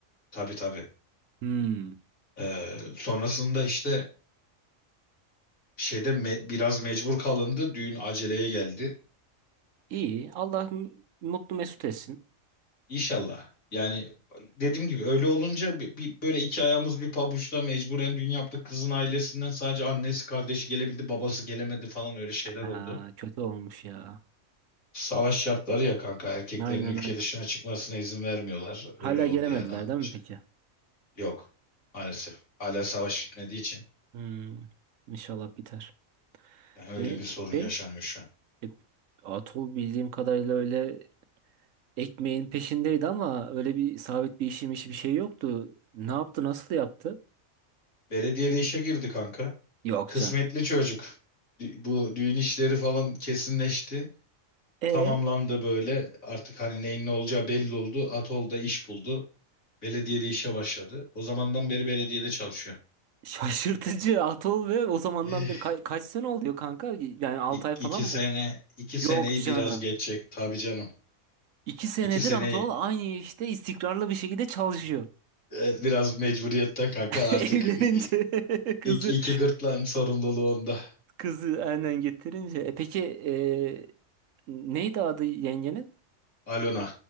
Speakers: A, on the left (about 85°); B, on the right (about 75°).
A: Tabii tabii.
B: Hmm.
A: Ee, sonrasında işte şeyde me- biraz mecbur kalındı. Düğün aceleye geldi.
B: İyi. Allah m- mutlu mesut etsin.
A: İnşallah. Yani dediğim gibi öyle olunca bir, bir- böyle iki ayağımız bir pabuçta mecburen düğün yaptık. Kızın ailesinden sadece annesi kardeşi gelebildi, babası gelemedi falan öyle şeyler
B: Aa,
A: oldu.
B: kötü olmuş ya.
A: Savaş şartları ya kanka erkeklerin
B: Aynen
A: ülke
B: aynen.
A: dışına çıkmasına izin vermiyorlar.
B: Hala
A: Öyle oldu
B: gelemediler
A: yani anca.
B: değil mi peki?
A: Yok. Maalesef. Hala savaş bitmediği için.
B: Hmm, inşallah biter.
A: Yani öyle
B: E,
A: bir sorun
B: şey,
A: yaşanıyor şu an.
B: e, Atol bildiğim kadarıyla öyle ekmeğin peşindeydi ama öyle bir sabit bir işim işi bir şey yoktu. Ne yaptı, nasıl yaptı?
A: Belediyede işe girdi kanka.
B: Yok
A: Kısmetli
B: canım.
A: çocuk. Dü- Bu düğün işleri falan kesinleşti.
B: E
A: Tamamlandı böyle. Artık hani neyin ne olacağı belli oldu. Atol'da iş buldu. Belediyede işe başladı. O zamandan beri belediyede çalışıyor.
B: şaşırtıcı Atol ve o zamandan
A: Eh,
B: bir ka- kaç sene oluyor kanka? Yani 6
A: İ
B: ay falan
A: iki
B: mı?
A: sene, iki seneyi
B: Yok canım.
A: biraz geçecek tabii canım.
B: 2 senedir
A: İki seneyi
B: Atol aynı işte istikrarlı bir şekilde çalışıyor.
A: e, biraz mecburiyetten kanka
B: <laughs>
A: artık
B: Evlenince
A: i- i-
B: <laughs> kızı
A: iki, iki gırtlağın sorumluluğu onda.
B: Kızı aynen getirince. E peki e, neydi adı yengenin?
A: Alona.